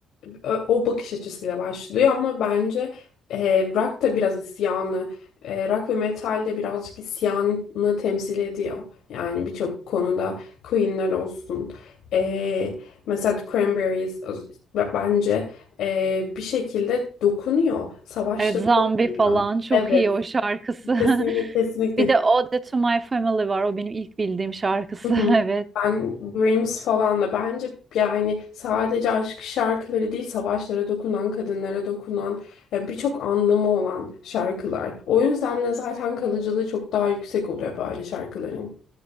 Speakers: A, on the left (about 80°); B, on the right (about 30°).
A: ö- o bakış açısıyla başlıyor ama bence e, rock da biraz isyanı, e, rock ve metal de birazcık isyanı temsil ediyor. Yani birçok konuda Queen'ler olsun. E, mesela The Cranberries ö- bence e, bir şekilde dokunuyor. Savaşları
B: Evet, Zombie falan
A: ya.
B: çok
A: Evet,
B: iyi o şarkısı.
A: kesinlikle
B: <laughs>
A: kesinlikle.
B: Bir de Ode to My Family var. O benim ilk bildiğim şarkısı.
A: Hı hı.
B: <laughs> Evet.
A: Ben Dreams falan da bence yani sadece aşk şarkıları değil savaşlara dokunan, kadınlara dokunan e, birçok anlamı olan şarkılar. O yüzden de zaten kalıcılığı çok daha yüksek oluyor böyle şarkıların.